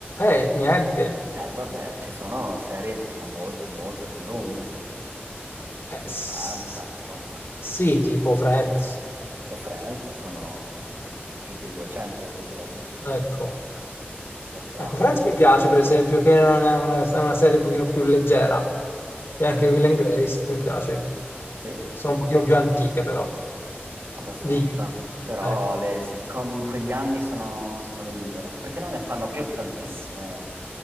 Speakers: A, on the left; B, on the right.
A: Eh, niente.
B: Eh, vabbè, ci sono serie che sono molto, molto più lunghe,
A: Eh,
B: 60,
A: s-
B: insomma.
A: sì, tipo Friends,
B: Tipo Friends sono più di 200 episodi, insomma,
A: ecco.
B: quindi ecco, è un po' più
A: Ecco,
B: ampio.
A: Friends mi piace per esempio, che non è una, è una serie un pochino più leggera. E
B: Sì,
A: anche Will and Grace mi piace.
B: sì,
A: Sono un pochino più antiche però.
B: abbastanza.
A: Di...
B: Però
A: eh.
B: le sitcom in quegli anni sono, sono le migliori, anche perché non ne fanno più tantissime